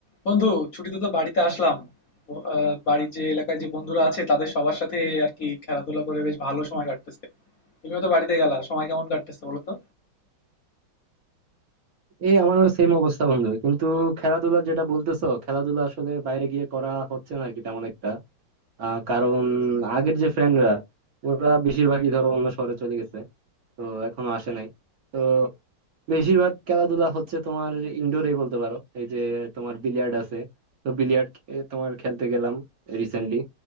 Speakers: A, on the left (about 55°); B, on the right (about 50°).
A: বন্ধু ছুটিতে তো বাড়িতে আসলাম ব- আহ, বাড়ির যে এলাকায় যে বন্ধুরা আছে তাদের সবার সাথে আর কি খেলাধুলা করে বেশ ভালো সময় কাটতেছে তুমিও তো বাড়িতে গেলা সময় কেমন কাটতেছে বলো তো
B: এই আমারও সেম অবস্থা বন্ধু কিন্তু খেলাধুলা যেটা বলতেছো খেলাধুলা আসলে বাইরে গিয়ে করা হচ্ছে না আর কি তেমন একটা আহ, কারণ আগের যে ফ্রেন্ডরা ওরা বেশিরভাগই ধরো অন্য শহরে চলে গেছে তো এখনো আসে নাই তো বেশিরভাগ খেলাধুলা হচ্ছে তোমার ইনডোরেই বলতে পারো এই যে তোমার বিলিয়ার্ড আছে তো বিলিয়ার্ড তোমার খেলতে গেলাম রিসেন্টলি